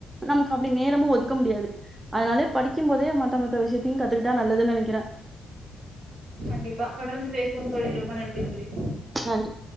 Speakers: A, on the right; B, on the right.
A: நமக்கு அப்டி நேரமு ஒதுக்க முடியாது அதனால படிக்கும் போதே மத்த மத்த விஷயத்தயு கத்துக்கிட்டா நல்லதுன்னு நெனக்கிற
B: கண்டிப்பா தொடர்ந்து பேசுவோம் தோழி ரொம்ப நன்றி தோழி
A: நன்றி